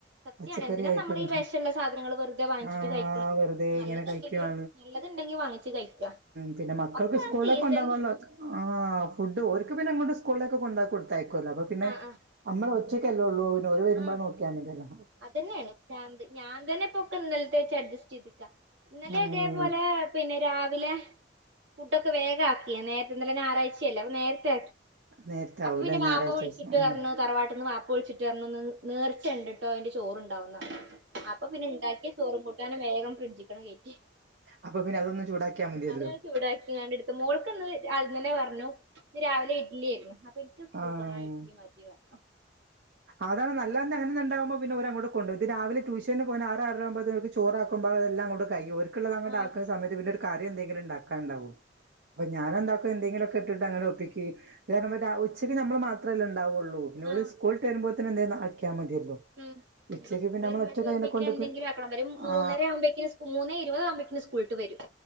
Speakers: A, on the right; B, on the right.
A: സത്യാണ്
B: പച്ചക്കറി
A: എന്തിനാ
B: ആയിട്ട്
A: നമ്മള്
B: വ
A: ഈ വിഷള്ള സാധനങ്ങൾ വെറുതെ വാങ്ങിച്ചിട്ട്
B: ആഹ്
A: കഴിക്കണത്
B: വെറുതെ
A: നല്ലതുണ്ടെങ്കില്
B: ഇങ്ങനെ കയിക്കുവാ
A: നല്ലതുണ്ടെങ്കി വാങ്ങിച്ച് കഴിക്ക
B: പിന്നെ മക്കൾക്ക്
A: ഒക്കെ
B: സ്കൂിലെെോകൊണ്ടുപോവാൻ
A: ആ സീസണില്
B: ആഹ് ഫുഡ്‌ ഓർക്ക് പിന്നെ എങ്ങോട്ട് സ്കൂളൊക്കെ കൊണ്ട കൊടുും ല്ല അപ്പൊ പിന്നെ
A: ആഹ് ആഹ്
B: നമ്മള ഉച്ചയ്ക്കല്ല ഉള്ളൂ വരുമ്പോ
A: ആഹ്
B: നോക്കിയാ മതില്ലോ
A: അതന്നെയാണ് ഞാൻ തന്നെ ഇപ്പൊക്കെ ഇന്നലത്തെ വച്ച് അഡ്ജസ്റ്റ് ചെയ്തുക്ക ഇന്നലെ
B: ഉം
A: ഇതേപോലെ പിന്നെ രാവിലെ ഫുഡ്ൊക്കെ വേഗ ആക്കി നേരത്തെ ഇന്നലെ ഞായറാഴ്ചല്ല അപ്പൊ നേരത്തെ
B: നേരത്തെ
A: അപ്പൊ
B: ആവൂലേ
A: പിന്നെ
B: ഞായറാഴ്ച
A: വാപ്പ വിളിച്ചിട്ട്
B: ദിവസം
A: പറഞ്ഞു
B: ഉം
A: തറവാട്ടി നിന്ന് വാപ്പ വിളിച്ചിട്ട് ന്ന് നേർച്ചുണ്ട് ട്ടോതി ചോറുണ്ടാവുന്നാണ് അപ്പൊ പിന്നെ ഉണ്ടാക്കിയ ചോറും കൂട്ടാനും വേഗം ഫ്രിഡ്ജിക്കണം കയറ്റി
B: അപ്പൊ പിന്നെ അതൊന്ന് ചൂടാക്കിയാൽ മതിയല്ലോ
A: അത ചൂടാക്കിങ്ങടുത്ത് മോൾക്ക്ന്ന് അന്നെ പറ രാവിലെ ഇഡ്ലി ആയിരുന്നു അ എനിക്ക് സ്കൂൾ
B: ആഹ്
A: കൊണ്ട ഇഡലി മതി പറഞ്ഞണം
B: അതാണ് നല്ലന്ന് അങ്ങനന്നണ്ടാവുമ്പോ പിന്നെര അങ്ങോട്ട കൊണ്ട്ും ഇ രാവില ്യൂഷന് പോ ആറ് ആകോത്ക്ക് ചോറുമ്പോൾ അതല്ലാം അോട്ട കഴയിുംർ ണ്ടാക്കുന്ന
A: ആഹ്
B: സമയത്ത് കാര്യം എന്തെങ്കിലും ഉണ്ടാക്കാ ഉണ്ടാവുള്ളൂ അപ്പൊ ഞാാന എന്താക്കോ എന്തെങ്കിലും ഒക്കെ ഇട്ടിട്ട് അങ്ങനെ ഒപ്പിക്കക്ക്ാര ഉച്ചയ്ക്ക് നമ്മൾ മാത്രമേല്ലേ ഉണ്ടാവുള്ളൂ
A: ആഹ്
B: സ്ോൾ് വരുമ്പോൾന്ന എന്ത അക്കിയാ മതി ല്ല
A: ഉം
B: ഉച്ചക്ക്
A: ഇനിയിപ്പോ സ്കൂൾ
B: പിന്നെ നമ്മൾ
A: വരുമ്പോഴേക്ക്
B: ഒറ്റ കനെ
A: വരുമ്പോഴേക്കിന്
B: കൊണ്ട്
A: എന്തെങ്കിലും ആക്കണം ഇവര് മൂന്നര
B: ആ
A: ആവുമ്പോഴേക്കിന് മൂന്നേ ഇരുപത് ആവുമ്പോഴേക്കിന് സ്കൂളിട്ട് വരും